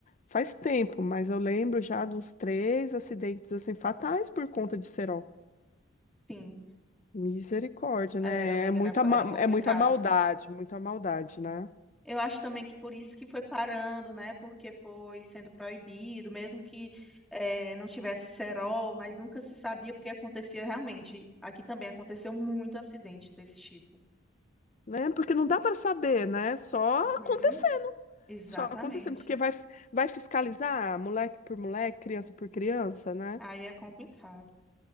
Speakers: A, on the left (about 35°); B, in the centre.
A: Faz tempo, mas eu lembro já de uns três acidentes assim fatais por conta de cerol.
B: sim.
A: Misericórdia,
B: Era,
A: né?
B: amiga,
A: É muita,
B: era,
A: ma-
B: era complicado.
A: é muita maldade, muita maldade, né?
B: Eu acho também que por isso que foi parando, né? Porque foi sendo proibido, mesmo que eh, não tivesse cerol, mas nunca se sabia porque acontecia realmente. Aqui também aconteceu muito acidente desse tipo.
A: Né? Porque não dá para saber, né? Só
B: Uhum,
A: acontecendo,
B: exatamente.
A: só acontecendo, porque vai, vai fiscalizar moleque por moleque, criança por criança, né?
B: Aí é complicado.